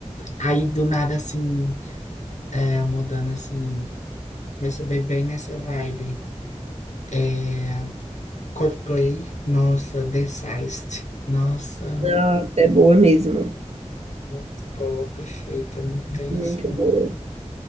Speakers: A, on the left; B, on the right.
A: Aí do nada assim. É, mudando assim, mas é bem, bem nessa vibe. É, Coldplay, nossa, Densized, nossa,
B: Nossa, é boa mesmo.
A: muito boa, perfeita, não tem
B: Muito
A: assim.
B: boa.